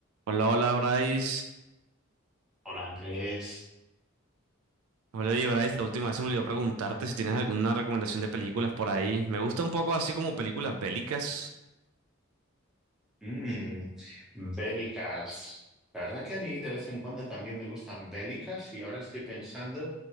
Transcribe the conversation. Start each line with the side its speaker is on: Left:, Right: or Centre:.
Right: Hola, hola Bryce.
Centre: Hola Andrés,
Right: Hola, oye Bryce, la última vez se me olvidó preguntarte si tienes alguna recomendación de películas por ahí. Me gusta un poco así como películas bélicas.
Centre: Mm, bélicas. La verdad que a mí de vez en cuando también me gustan bélicas y ahora estoy pensando,